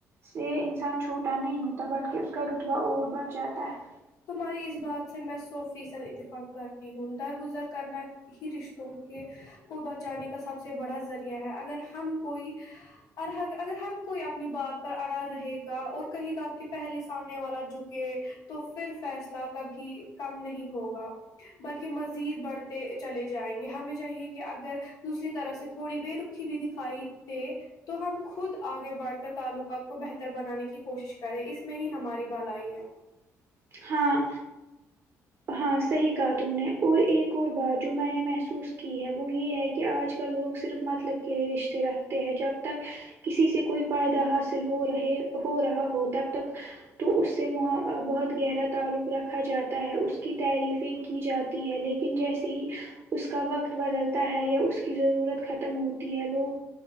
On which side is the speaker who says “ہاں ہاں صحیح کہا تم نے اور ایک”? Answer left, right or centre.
Right